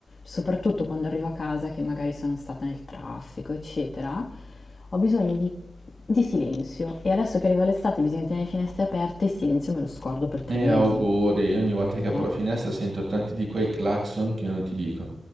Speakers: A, on the left; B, on the right.
A: soprattutto quando arrivo a casa che magari sono stata nel traffico, eccetera, ho bisogno di, di silenzio e adesso che arriva l'estate bisogna tenere le finestre aperte, il silenzio me lo scordo per tre
B: E
A: mesi.
B: auguri, ogni volta che apro
A: Eh.
B: la finestra sento tanti di quei clacson che non ti dico.